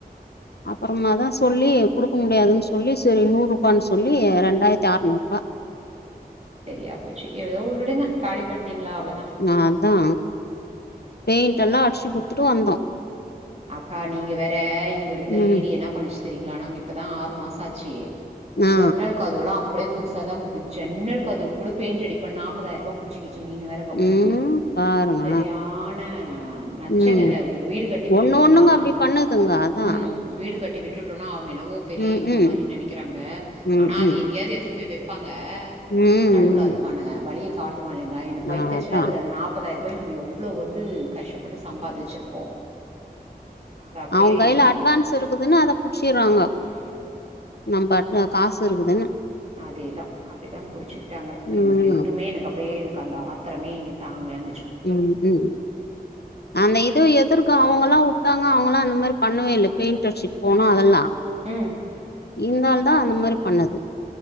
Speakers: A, on the left (about 80°); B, on the right (about 40°).
A: அப்புறமா
B: அந்
A: தா
B: மார்லா சொல்லி
A: குடுக்க
B: குடுக்
A: முடியாதுன்னு
B: முடியாதுன் சொல்லி
A: சரி
B: செரி
A: நூரூபான்னு
B: நூறூபான் சொல்லி
A: ரெண்டாயிரத்தி
B: ரெண்டாயிர்த்தி
A: அறநூரூபா
B: ஆற்நூறு செரியா போச்சி ஏதோ விடுங்க காலி பண்ட்டீங்ளா அவ்ள
A: நாந்தா பெயிண்டெல்லா அட்ச்சி குத்துட்டு வந்தோ
B: அக்கா நீங்க வேற இங்கருந்த
A: ம்
B: லேடி என்ன பண்ணிச்சு தெரியூங்ளா நாங்க இப்பதா ஆறு மாசோ ஆச்சு
A: ஆ
B: ஜன்னல் கதவுலா அப்டே புதுசா தாங்குது ஜென்னல் கதவ் கூட பெயிண்ட் அடிப்பேன் நாப்பதாயிற்ரூபா புடிச் கீச்சி நீங்க வேற கம்முனுருங்க
A: ம் பாருங்க
B: செரியான நச்சுனுத
A: ம்
B: வீடு கட்டி விட்டுட்
A: ஒண்ணு
B: டோனா
A: ஒண்ணுங்க அப்டி பண்ணுதுங்க அதா
B: ம் வீடு கட்டி விட்டுட்டோனா அவுங்கென்னவோ பெரிய
A: ம்
B: இவுங்க
A: ம்
B: மாரி நெனைக்குறாங்க
A: ம்
B: ஆனா அது
A: ம்
B: எங்கேயாவ்து எடுத்துன் போய் வெப்பாங்க
A: ம்
B: கடவுள் அதுக்கான வழிய வாளுங்ளா எனக்கு வயித்தெரிச்சலாக்குது
A: அதா
B: அந்த நாப்பதாயிரூபாய நம்ம எவ்ளோ வந் து கஷ்டப்பட்டு சம்பாதிச்சிருப்போ அது அப்டியே
A: அவுங் கையில அட்வான்ஸ் இருக்குதுனு அத புடிச்சுர்றாங்கோ
B: அத ம்
A: நம்பட்ன காசு இருக்குதுன்
B: ம் அதேதா அப்டிதா புடிச்சுக்கிட்டாங்க
A: ம்
B: எனக்கு இன்னுமே எனக்கு அப்டியே எனக் க அந்த ஆத்தரமே தாங்ளனு
A: ம் ம் அந்த இது எதுர்க்கு அவுங்கல்லா தாங்க அவுங்களாம் இந்த மேரி பண்ணவே இல்ல பெயிண்ட் அடிச்சுட்டு போனும் அதெல்லா
B: ம்
A: இதுனால தா அந்த மாரி பண்ணது